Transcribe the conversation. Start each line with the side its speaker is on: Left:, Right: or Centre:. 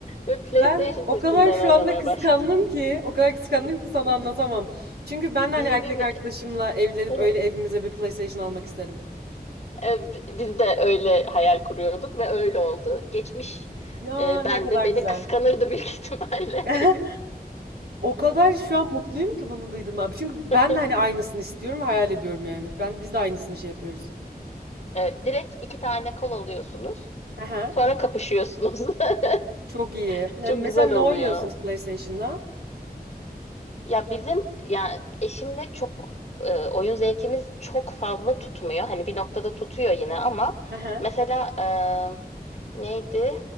Left: Ve PlayStation
Right: Ben o
Left: üstünden
Right: kadar şu
Left: oynamaya
Right: anda kıskandım
Left: başladım. <laughs>
Right: ki, o kadar kıskandım ki sana anlatamam. Çünkü ben de hani
Left: Bir şey
Right: erkek
Left: değil mi?
Right: arkadaşımla evlenip
Left: <laughs>
Right: öyle evimize bir PlayStation almak isterim.
Left: E, Biz de öyle hayal kuruyorduk ve öyle oldu. Geçmiş
Right: Ya
Left: e,
Right: ne
Left: ben
Right: kadar
Left: de beni
Right: güzel.
Left: kıskanırdı büyük ihtimalle.
Right: <laughs> O kadar şu an mutluyum ki bunu duydum abi. Çünkü
Left: <laughs>
Right: ben de hani aynısını istiyorum ve hayal ediyorum yani. Ben biz de aynısını şey yapıyoruz.
Left: E, direkt iki tane kol alıyorsunuz.
Right: Aha.
Left: Sonra kapışıyorsunuz. <laughs>
Right: Çok iyi. Yani
Left: Çok
Right: mesela
Left: güzel
Right: ne
Left: oluyor.
Right: oynuyorsunuz PlayStation'da?
Left: Ya bizim yani eşimle çok e, oyun zevkimiz çok fazla tutmuyor. Hani bir noktada tutuyor yine ama
Right: Hı hı.
Left: mesela e, neydi?